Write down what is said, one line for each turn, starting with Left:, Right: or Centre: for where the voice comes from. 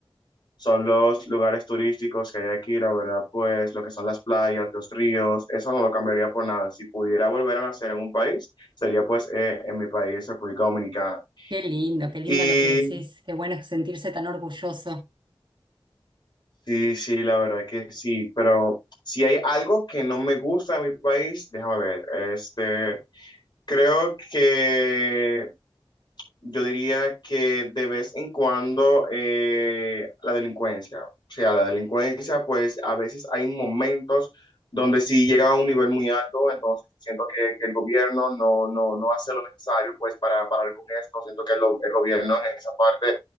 Left: son los lugares turísticos que hay aquí, la verdad, pues lo que son las playas, los ríos, eso no lo cambiaría por nada. Si pudiera volver a nacer en un país, sería pues eh, en mi país, República Dominicana.
Right: Qué lindo, qué lindo
Left: Y
Right: lo que decís. Qué bueno sentirse tan orgulloso.
Left: sí, sí, la verdad que sí, pero si hay algo que no me gusta de mi país, déjame ver, este, creo que yo diría que de vez en cuando eh, la delincuencia, o sea, la delincuencia, pues a veces hay momentos donde sí llega a un nivel muy alto, entonces siento que, que el gobierno no, no, no hace lo necesario pues para parar con esto, siento que el, el gobierno en esa parte